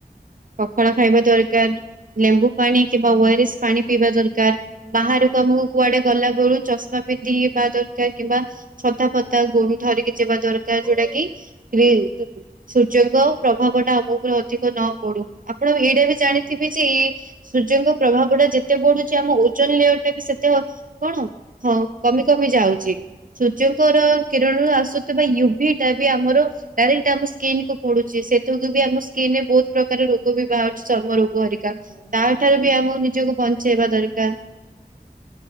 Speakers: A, on the right; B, in the centre.
A: ପଖାଳ ଖାଇବା ଦରକାର। ଲେମ୍ବୁ ପାଣି। କିମ୍ୱା ଓରସେ ପାଣି। ପିଇବା ଦରକାର,
B: ହୁଁ
A: ବାହାରକୁ
B: ହୁଁ
A: ଆମକୁ
B: ହଁ
A: କୁଆଡେ
B: ହୁଁ
A: ଗଲା ବେଳୁ ଚଷମା ପିନ୍ଧିକି ବା ଦରକାର, କିମ୍ବା ଛତା
B: ହୁଁ
A: ଫତା ଗୁମ୍- ଧରିକି ଯିବା ଦରକାର,
B: ହୁଁ
A: ଯୋଉଟା କି ରି-ସୂର୍ଯ୍ୟଙ୍କ ପ୍ରଭାବ ଟା ଆମ ଉପରେ ଅଧି ତ ନ ପଡ଼ୁ। ଆପଣ ଏଇଟା ବି
B: ହୁଁ
A: ଜାଣିଥିବେ
B: ହୁଁ।
A: ଯେ ଏ ସୂର୍ଯ୍ୟଙ୍କ ପ୍ରଭାବ ଟା ଯେତେ ବଢୁଛି ଆମ ଓଜନ ଲେୟର ଟା ବି ସେତେ ଅ-କଣ ହଁ। କମି କମି ଯାଉଚି ସୂର୍ଯ୍ୟଙ୍କର କେରଳରୁ ଆସୁଥିବା ୟୁଭି ଟା ବି ଆମର ଡାଇରେକ୍ଟ ଆମ ସ୍କିନ୍ କୁ ପଡୁଚି, ସେ ଯୋଉଟା ବି ଆମ ସ୍କିନ୍ ରେ ବହୁତ ପ୍ର ତାର ରୋଗ ବି ବାହାରୁଚି ଚର୍ମ ରୁ। ଗୋ ରିକା
B: ହୁଁ ହୁଁ
A: ତା ଠାରୁ
B: ହୁଁ
A: ବି ଆମକୁ ନିଜକୁ ବଞ୍ଚେଇବା ଦରକାର।